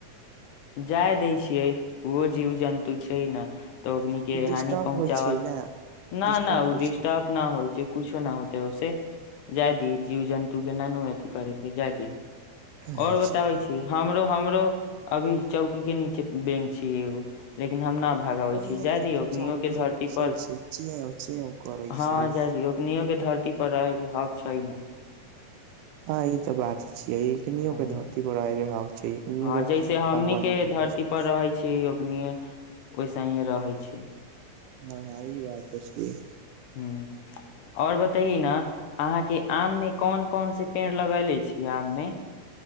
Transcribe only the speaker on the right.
डिस्टर्ब
होइ छै ने
डिस्टर्ब
होइ
छै
अच्छा
कहिया
से
दू चार दिन
से
घुसल
छी चेव चेव करै
छियै
हँ ई तऽ बात छिय ईनके
धरती पर हक छै एकनियो
के
भगवान
बनेले
छै।
हँँ ई बात छैय।